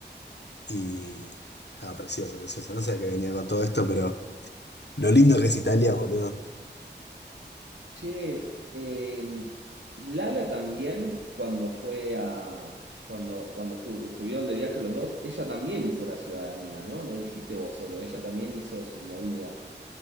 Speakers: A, on the left (about 65°); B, on the right (about 85°).
A: Y. Ah, precioso, precioso. No sé a qué venía con todo esto, pero lo lindo que es Italia, boludo.
B: Che, eh, Lala también cuando fue a... Cuando, cuando estu- estuvieron de viaje los dos, ella también hizo la ciudadanía, ¿no? No lo hiciste vos solo, ella también hizo su movida.